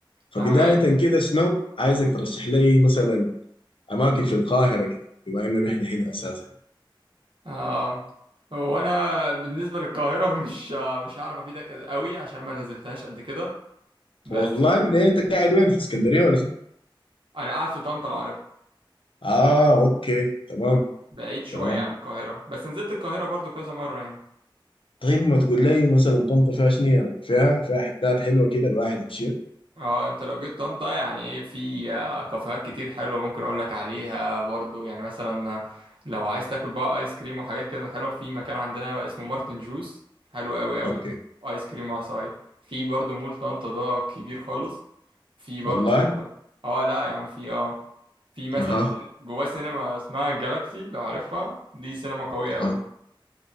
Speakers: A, on the left; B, on the right.
A: فبداية
B: تمام
A: كده شنو عايزك ترشح لي مثلا اماكن في القاهرة كده بما انه نحن هنا اساسا
B: آه هو انا بالنسبة للقاهرة <laughs> مش آه مش هعرف افيدك قوي عشان ما نزلتهاش قد كده بس
A: والله ليه انت قاعد وين في اسكندرية ولا شنو؟
B: انا قاعد في طنطا لو عارف
A: اه اوكي تمام
B: بعيد شوية
A: تمام
B: عن القاهرة بس نزلت القاهرة برضو كذا مرة يعني
A: طيب ما تقول لي مثلا طنطا فيها شنو يعني؟ فيها فيها حتات حلوه كده الواحد يمشي
B: اه انت لو جيت طنطا يعني ايه في آه، كافيهات كتير حلوه ممكن اقول لك عليها برضو يعني مثلا آه، لو عايز تاكل بقى ايس كريم وحاجات كده حلوه في مكان عندنا اسمه مارتن جوز حلو قوي قوي
A: اوكي
B: ايس كريم وعصاي في برضو مول طنطا ده كبير خالص في برضو
A: والله
B: اه لا يعني في اه في مثلا
A: اها
B: سين- جواه سينما اسمها جالاكسي لو عارفها دي سينما قويه
A: اها
B: قوي